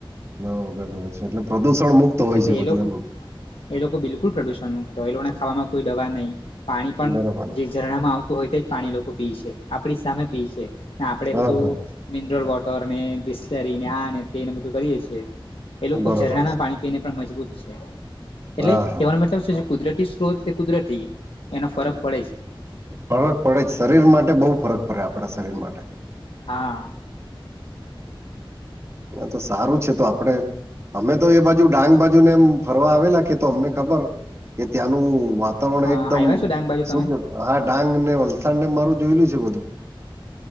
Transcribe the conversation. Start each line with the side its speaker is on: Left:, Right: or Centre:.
Right: દવા વગરનું છે એટલે પ્રદુષણ મુક્ત હોય
Left: અછા
Right: છે
Left: યે
Right: બધું
Left: લોગ
Right: એમ
Left: એટલે એ લોકો એ લોકો બિલકુલ પ્રદુષણ મુક્ત હોય એ લોકોને ખાવામાં કોઈ દવા નહી પાણી પણ
Right: બરોબર
Left: જે ઝરણામાં આવતું હોય તે જ પાણી લોકો પી છે. આપણી સામે પી છે, આપણે
Right: હા
Left: બધું
Right: હા
Left: મિનરલ વોટરને, બિસ્લરીને, આ ને તે ને બધું કરીએે છીએ, એ લોકો
Right: બરોબર
Left: ઝરણાના
Right: છે.
Left: પાણી પીને મજબૂત છે એટલે
Right: હા હા
Left: કેહવાનો મતલબ છે કુદરતી સ્ત્રોત કે કુદરતી એનો ફરક પડે છે.
Right: ફરક પડે જ શરીર માટે બહુ ફરક પડે આપણા શરીર માટે
Left: હા.
Right: ન તો સારું છે તો આપણે અમે તો એ બાજુ ડાંગ બાજુને એમ ફરવા આવેલા કે તો અમને ખબર કે ત્યાંનું વાત વરણ
Left: હા
Right: એકદમ
Left: આવ્યા છો ડાંગ બાજુ
Right: શું
Left: તમે
Right: કે, હા ડાંગ ને વલસાડ ને મારું જોયેલું છે બધું.